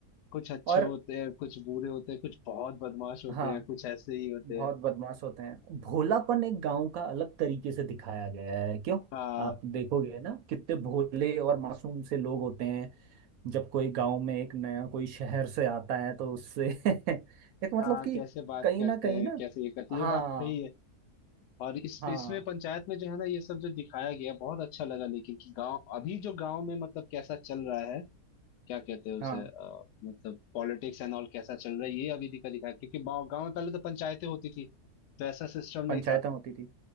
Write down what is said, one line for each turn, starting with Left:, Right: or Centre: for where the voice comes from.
Left: कुछ अच्छे
Right: और
Left: होते हैं कुछ बुरे होते हैं कुछ बहुत बदमाश होते
Right: हाँ
Left: हैं कुछ ऐसे ही होते
Right: बहुत
Left: हैं
Right: बदमाश होते हैं भोलापन एक गांव का अलग तरीके से दिखाया गया है क्यों
Left: हाँ
Right: आप देखोगे ना कितने भोले और मासूम से लोग होते हैं जब कोई गांव में एक नया कोई शहर से आता है तो उससे <laughs> एक मतलब
Left: हाँ
Right: कि
Left: कैसे बात
Right: कहीं
Left: करते
Right: ना कहीं
Left: हैं
Right: ना
Left: कैसे ये करते हैं
Right: हाँ
Left: ये बात सही है और इस
Right: हाँ
Left: इसमें पंचायत में जो है ना ये सब जो दिखाया गया बहुत अच्छा लगा लेकिन कि गांव अभी जो गांव में मतलब कैसा चल रहा है क्या कहते हैं उसे
Right: हाँ
Left: अ, मतलब पॉलिटिक्स एंड ऑल कैसा चल रहा है ये अभी दिखा दिखाया क्योंकि गांव गांव में पहले तो पंचायतें होती थी तो ऐसा सिस्टम नहीं
Right: पंचायतें
Left: था
Right: होती थी